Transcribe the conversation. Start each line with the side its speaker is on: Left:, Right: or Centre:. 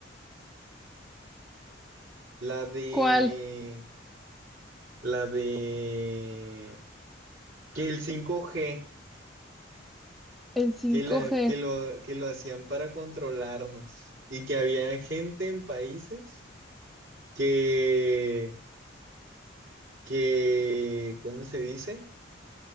Right: La de,
Centre: ¿Cuál?
Right: la de que el cinco g
Centre: El cinco
Right: que la,
Centre: g
Right: que lo, que lo hacían para controlarnos y que había gente en países que que, ¿cómo se dice?